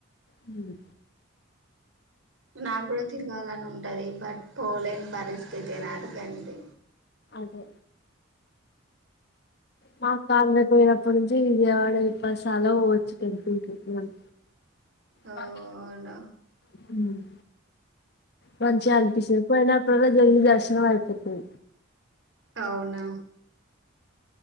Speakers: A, on the left; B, on the right.
A: హుమ్
B: నాగూడా తిరగాలని ఉంటది బట్ పోలేన్ పరిస్థితి నాది గంతే
A: అదే నా కాల్ నెత్తి మీదన్ పుంజి విజయ్ వాడ పసల్లో వోవచ్చు గన్పి టీక్కవోన్
B: ఓ
A: కాత్
B: అవునా
A: ఉమ్ మంచ్ అన్పిసది పోయినప్పుడల్లా దేవి దర్శనం ఐపోతది
B: ఔనా